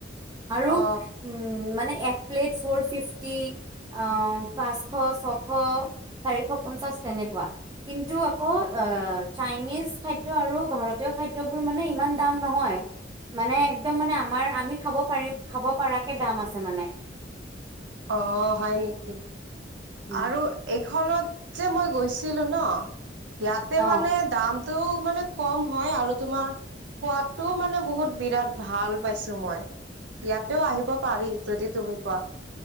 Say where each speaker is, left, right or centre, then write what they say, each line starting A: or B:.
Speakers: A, on the right (about 20°); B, on the right (about 85°).
A: আৰু
B: অ
A: উম মানে এক প্লেট ফৌৰ ফিফটি, আ পাঁচশ, ছশ, চাৰিশ পঞ্চাছ তেনেকুৱা, কিন্তু আকৌ আ চাইনিজ খাদ্য আৰু ভাৰতীয় খাদ্যবোৰ মানে ইমান দাম নহয়, মানে একদম মানে আমাৰ আমি খাব পাৰি খাব পাৰাকে দাম আছে মানে।
B: অঁ হয় নেকি।
A: উম
B: আৰু এইখনত যে মই গৈছিলোঁ ন ইয়াতে
A: অ
B: মানে দাম টো মানে কম হয় আৰু তোমাৰ খোৱাটোও মানে বহুত বিৰাট ভাল পাইছো মই, ইয়াতে আহিব পাৰি যদি তুমি কোৱা।